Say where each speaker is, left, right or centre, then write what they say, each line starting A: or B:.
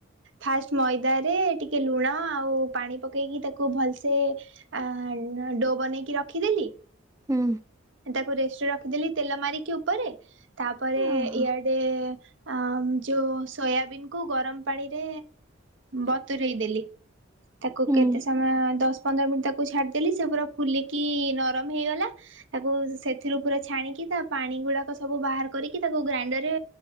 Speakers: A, on the right (about 65°); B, on the right (about 15°).
A: ଫାଷ୍ଟ୍ ମଇଦାରେ ଟିକେ ଲୁଣ ଆଉ ପାଣି ପକେଇକି ତାକୁ ଭଲ୍ ସେ ଆ ଡୋ ବନେଇକି ରଖିଦେଲି
B: ହୁଁ।
A: ତାକୁ ରେଷ୍ଟରେ ରଖିଦେଲି ତେଲ ମାରିକି ଉପରେ। ତାପରେ
B: ଓହୋ
A: ଇଆଡେ ଆ ଯୋଉ ସୋୟାବନ୍ କୁ ଗରମ ପାଣିରେ ବତୁରେଇ ଦେଲି। ତାକୁ
B: ହୁଁ
A: କେତେସ୍ ସମୟ ଦଶ୍ ପନ୍ଦର୍ ମିନିଟ୍ ତାକୁ ଛାଡିଦେଲି, ସେ ପୁରା ଫୁଲିକି ନରମ ହେଇଗଲା ତାକୁ ସେଥିରୁ ପୁରା ଛାଣିକି, ତା ପାଣି ଗୁଡାକ ସବୁ ବାହାର କରିକି, ତାକୁ ଗ୍ରାଇଣ୍ଡର ରେ